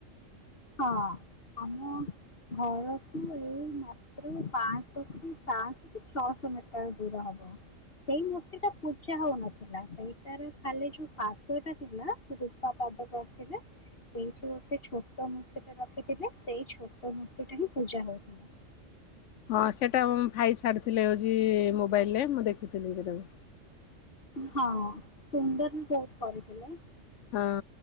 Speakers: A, on the left; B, on the left.
A: ହଁ ଆମ ଘରଠୁ ଏଇ ମାତ୍ର ପାଁ ଶହ କି ଛଅଶହ ମିଟର ଦୂର ହବ।
B: <inaudible>
A: ସେଇ ମୂର୍ତ୍ତି ଟା ପୂ ଜା ହଉନଥିଲା ସେଇଟାର ଖାଲି ଯୋଉ ପାଦଟା ଥିଲା ରୂପା ପାଦ କରିଥିଲେ ସେଇଠି ଗୋଟେ ଛୋଟ ମୂର୍ତ୍ତି ଟା ରଖିଥିଲେ ସେଇ ଛୋଟ ମୂର୍ତ୍ତି ଟା ହିଁ ପୂଜା ହଉଥିଲା।
B: ହଁ ସେଇଟା ମୋ ଭାଇ ଛାଡ଼ିଥିଲେ ହଉଛି ମୋବାଇଲରେ ମୁଁ ଦେଖିଥିଲି ସେଇଟାକୁ।
A: ହଁ ସୁନ୍ଦର ବି ବହୁତ କରିଥିଲେ।
B: ହଁ